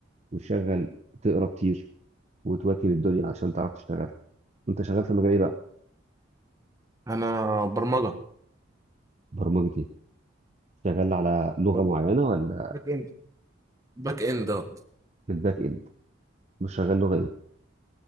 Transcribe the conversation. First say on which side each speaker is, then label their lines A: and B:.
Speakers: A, on the right (about 35°); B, on the right (about 15°).
A: وتشغل تقرا كتير وتواكب الدنيا عشان تعرف تشتغل انت شغال في مجال ايه بقى
B: انا برمجه
A: برمجه ايه شغال على لغه
B: برمجة
A: معينه ولا
B: باك اند باك اند آه.
A: في الباك اند مش شغال لغه ايه